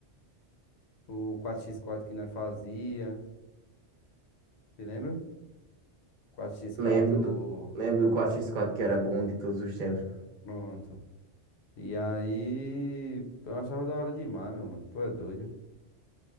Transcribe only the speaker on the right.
Lembro
do, lembro do quatro x quatro que era bom de todos os tempos.